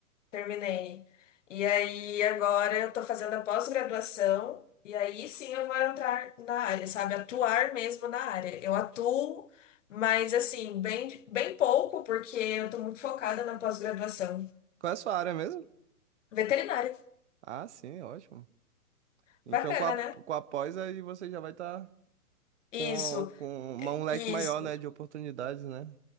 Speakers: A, on the left; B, on the right.
A: Terminei. E aí, agora eu tô fazendo a pós-graduação, e aí sim eu vou entrar na área, sabe? Atuar mesmo na área. Eu atuo, mas assim, bem, bem pouco, porque eu tô muito focada na pós-graduação.
B: Qual é a sua área mesmo?
A: Veterinária.
B: Ah, sim, ótimo. Então,
A: Bacana,
B: com a,
A: né?
B: com a pós, aí você já vai estar
A: Isso,
B: com, com uma- um leque
A: isso.
B: maior, né, de oportunidades, né?